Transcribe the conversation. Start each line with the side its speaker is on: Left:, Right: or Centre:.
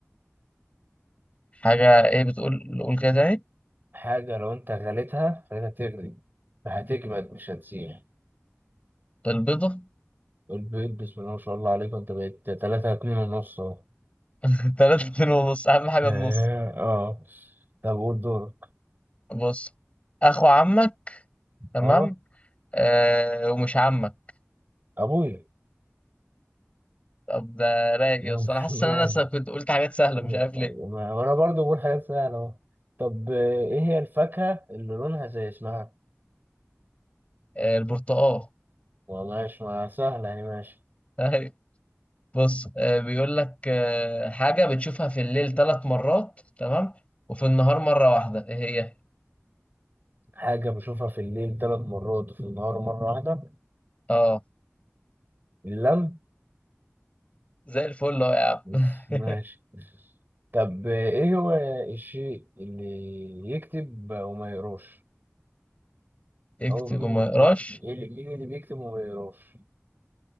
Left: حاجة ايه بتقول قول كده تاني
Right: حاجة لو أنت غليتها خليتها تغلي فهتجمد مش هتسيح
Left: البيضة
Right: البيض بسم الله ما شاء الله عليك انت بقيت تلاتة اتنين ونص اهو
Left: <laughs> تلاتة اتنين ونص أهم حاجة
Right: اه
Left: النص
Right: آه. طب قول دورك
Left: بص اخو عمك تمام
Right: اه
Left: آه ومش عمك
Right: ابويا
Left: طب ده رايق
Right: <laughs>
Left: يا اسطى انا حاسس
Right: معي
Left: ان انا س- كنت قلت حاجات سهله
Right: ما-
Left: مش عارف ليه
Right: وانا برضو بقول حاجات سهلة اهو طب آه، ايه هي الفاكهة اللي لونها زي اسمها؟
Left: آه البرتقال
Right: وماشي ما سهلة يعني ماشي
Left: <laughs> أيوة. بص آه بيقول لك آه حاجه بتشوفها في الليل ثلاث مرات تمام وفي النهار مره واحده ايه هي
Right: حاجة بشوفها في الليل ثلاث مرات وفي النهار مرة واحدة
Left: اه
Right: اللم
Left: زي الفل اهو يا عم
Right: بس
Left: <laughs>
Right: ماشي طب آه، ايه هو الشيء اللي يكتب وما يقراش؟
Left: يكتب
Right: أو مين
Left: وما يقراش
Right: مين إيه اللي مين اللي بيكتب وما بيقراش